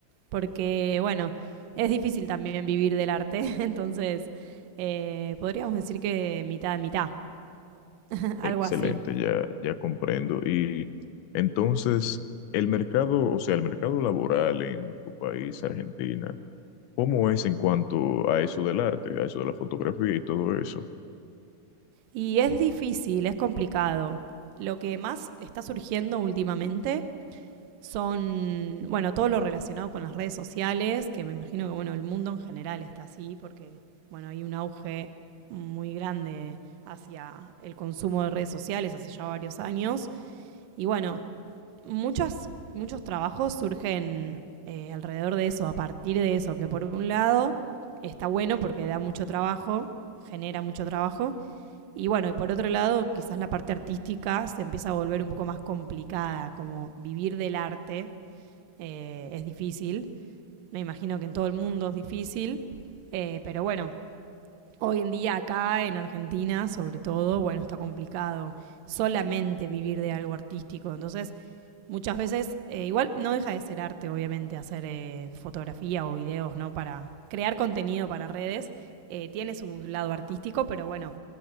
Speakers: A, on the right (about 70°); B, on the left (about 80°).
A: porque bueno, es difícil también vivir del arte, <laughs> entonces eh, podríamos decir que mitad, de mitad, <laughs>
B: Excelente,
A: algo así.
B: ya, ya comprendo. Y entonces, el mercado, o sea, el mercado laboral en tu país, Argentina, ¿cómo es en cuanto a eso del arte, a eso de la fotografía y todo eso?
A: Y es difícil, es complicado. Lo que más está surgiendo últimamente son, bueno, todo lo relacionado con las redes sociales, que me imagino que, bueno, el mundo en general está así, porque, bueno, hay un auge muy grande hacia el consumo de redes sociales hace ya varios años. Y bueno, muchas, muchos trabajos surgen eh, alrededor de eso, a partir de eso, que por un lado está bueno porque da mucho trabajo, genera mucho trabajo, y bueno, y por otro lado, quizás la parte artística se empieza a volver un poco más complicada, como vivir del arte eh, es difícil. Me imagino que en todo el mundo es difícil. Eh, pero bueno, hoy en día acá en Argentina, sobre todo, bueno, está complicado solamente vivir de algo artístico. Entonces, muchas veces, eh, igual no deja de ser arte, obviamente, hacer eh, fotografía o videos, ¿no? Para crear contenido para redes. Eh, tiene su lado artístico, pero bueno,